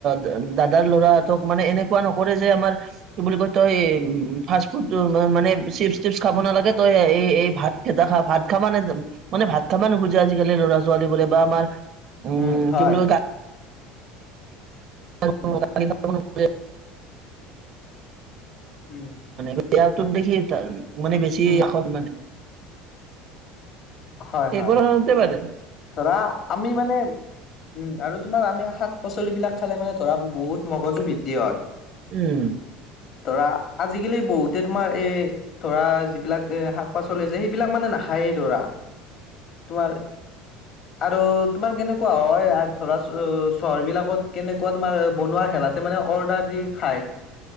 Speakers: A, on the right (about 50°); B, on the left (about 55°).
A: দা দাদাৰ ল'ৰাহতক মানে এনেকুৱা নকৰে যে আমাৰ- কি বুলি কয় তই উমঁ ফাষ্ট ফুড মানে চিপচ টিপছ খাব নালাগে তই এই এই ভাত- এতিয়া খা ভাত খাবা নে মানে ভাত খাবা নোখোজে আজিকালি ল'ৰা - ছোৱালীবোৰে বা আমাৰ- উমঁ
B: উম হয়
A: কি বুলি গা - <unintelligible>
B: উম, উম,
A: সেয়া তোক দেখি ত মানে বেছি
B: উম,
A: আষত মানে-
B: হয়, হয়।
A: এইবোৰ আৰু তে পাৰে।
B: ধৰা আমি মানে- উমঁ আৰু তোমাৰ আমি শাক - পাচলিবিলাক খালে মানে ধৰা বহুত মগজু বৃদ্ধি হয়।
A: উমঁ।
B: ধৰা, আজিকালি বহুতে তোমাৰ এই- ধৰা যিবিলাক শাক - পাচলি আছে সেইবিলাক মানে নাখায়ে ধৰা, তোমাৰ- আৰু তোমাৰ কেনেকুৱা হয়ঁ ধৰা চ চহৰবিলাকত কেনেকুৱা তোমাৰ বনোৱা খেলা- তে মানে অৰ্ডাৰ দি খায়,